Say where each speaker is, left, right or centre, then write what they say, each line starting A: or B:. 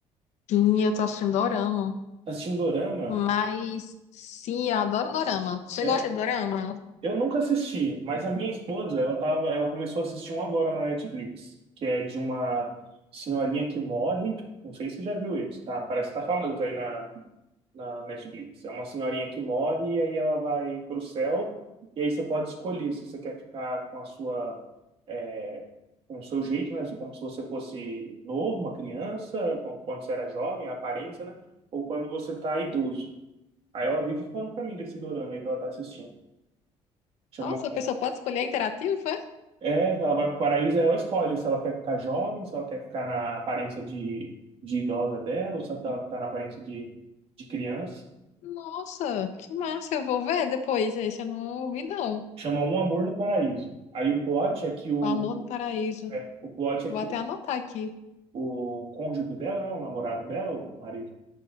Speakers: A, on the left; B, on the right.
A: Sim, eu tô assistindo Dorama.
B: Tá Assistindo Dorama?
A: Mas, sim, eu adoro Dorama. Você
B: É?
A: gosta de Dorama?
B: Eu nunca assisti, mas a minha esposa, ela tava, ela começou a assistir um agora na Netflix, que é de uma senhorinha que morre. Não sei se você já viu isso, tá? Parece que tá famoso aí na. na Netflix. É uma senhorinha que morre e aí ela vai para o céu e aí você pode escolher se você quer ficar com a sua é, com o seu jeito, né? Como se você fosse novo, uma criança, com- quando você era jovem, a aparência, né? Ou quando você tá idoso. Aí ela vive falando pra mim desse dorama aí que ela tá assistindo. Chama...
A: Nossa, a pessoa pode escolher interativo, é?
B: É, ela vai pro paraíso, aí ela escolhe se ela quer ficar jovem, se ela quer ficar na aparência de, de idosa dela, ou se ela quer ficar na aparência de, de criança.
A: Nossa, que massa, eu vou ver depois. Esse eu não vi, não.
B: Chama Um Amor no Paraíso. Aí o plot é que o,
A: O Amor do Paraíso.
B: é, o plot
A: Vou
B: é que
A: até anotar aqui.
B: o, o cônjuge dela, né, o namorado dela, o marido,